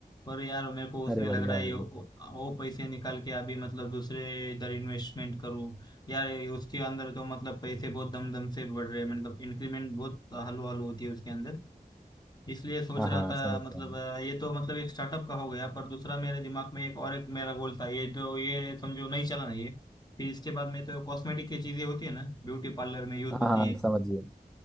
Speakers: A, on the left; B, in the centre.
A: पर यार मेरे को उसमें
B: अरे बढ़िया
A: लग रहा है ये
B: भाई
A: वो वो पैसे निकाल के अभी मतलब दूसरे इधर इन्वेस्टमेंट करूँ यार ये उसके अंदर तो मतलब पैसे बहुत दम दम से बढ़ रहे हैं मतलब इंक्रीमेंट बहुत हलू हलू होती है उसके अंदर इसलिए सोच
B: हाँ
A: रहा
B: हाँ
A: था
B: समझ
A: मतलब
B: गया मैं।
A: अ, ये तो मतलब एक स्टार्टअप का हो गया पर दूसरा मेरे दिमाग में एक और एक मेरा गोल था ये जो ये समझो नहीं चला ना ये फिर इसके बाद में तो कॉस्मेटिक की चीजें होती है ना ब्यूटी पार्लर में यूज
B: हाँ
A: होती
B: हाँ हाँ,
A: है
B: समझ गया